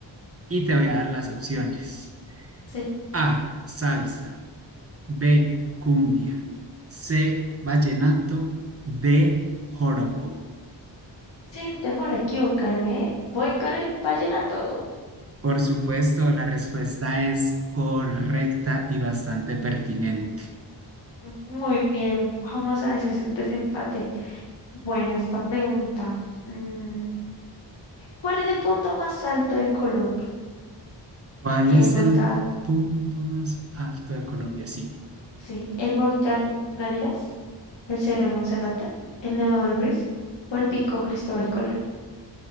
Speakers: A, on the right; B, on the left.
A: Y te voy a dar las opciones.
B: Sí,
A: A, salsa, B, cumbia, C, vallenato, D, joropo.
B: sin temor a equivocarme, voy con el vallenato.
A: Por supuesto, la respuesta es correcta y bastante pertinente.
B: Muy bien, vamos a ese desempate. Bueno, esta pregunta. mm, ¿Cuál es el punto más alto de Colombia?
A: ¿Cuál
B: El
A: es
B: volcán,
A: el punto más alto de Colombia? Sí.
B: sí, el volcán Galeras, el Cerro de Monserrate, el Nevado del Ruiz o el Pico Cristóbal Colón.